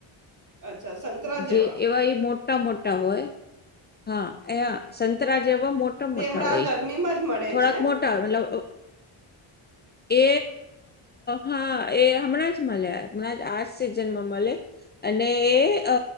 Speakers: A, on the right (about 35°); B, on the left (about 25°).
A: અચ્છા. જેવા
B: જે એવા એ મોટા મોટા હોય, હા, એયા. સંતરા જેવા મોટા
A: તે
B: મોટા
A: હમણાં
B: હોય,
A: આ ગરમીમાં જ મળે
B: થોડાક
A: છે
B: મોટા હોય, મતલબ એ હા, એ હમણાં જ મળે, હમણાં જ આજ સિજનમાં મળે. અને એ અ